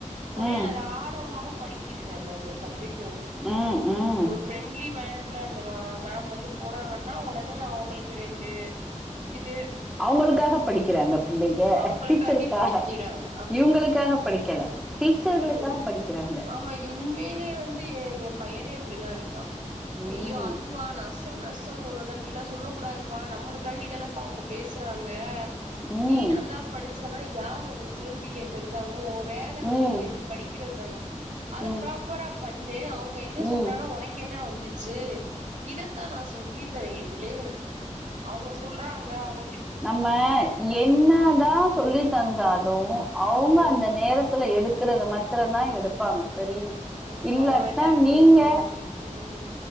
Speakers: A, on the right; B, in the centre.
A: ஒனே
B: ம்
A: அது ஆர்வமாவு படிக்குதுக அந்தந்த சப்ஜெக்டு
B: ம் ம்
A: ஒரு ஃபிரெண்ட்லி மான ல அந்த ஆஹ் மாம் வந்து போனாங்கன்னா உடனே அவங்களுக்கு ரெண்டு இது
B: அவங்களுக்காக படிக்கிறாங்க பிள்ளைக
A: அவங்களுக்காண்டி
B: டீச்சருக்காக
A: படிக்கிறாங்க
B: இவங்களுக்காக படிக்கல டீச்சர்களுக்காக
A: இதுவு
B: படிக்கிறாங்க
A: ஆமா இது உண்மையிலவே வந்து எ ஏ பையனே இப்பிடிதா இருக்கா
B: ம்
A: அய்யோ அதுவா நாஸ் நசங்கொன்னுட்ட அப்டி எல்லா சொல்லக் கூடாதுப்பா நம்மளுக்காண்டிதானேப்பா அவுங்க பேசுறாங்க
B: ம்
A: நீ நல்லா படிச்சேனா யார் தோழி கேள்வி கேட்க இருக்காங்க ஓ வேல
B: ம்
A: வந்து படிக்கிறது தான அத
B: ம்
A: ப்ராப்பரா பண்ணு அவங்க என்ன சொன்னானா
B: ம்
A: உனக்கு என்ன வந்து வச்சு இதத்தா நா சொல்லித் தரே எ பிள்ளைகளுக் அவுங்க சொல்றாங்க அவுங்
B: நம்ம என்னதா சொல்லித் தந்தாலு அவுங்க
A: ம்
B: அந்த நேரத்துல எடுத் ருக்கறத மத்திர தா எடுப்பாங்க சரின்னு
A: ம்
B: இல்லத்தா
A: அவங்க மென்டாலிட்டி
B: நீங்க
A: எதோ அதன்படி ம்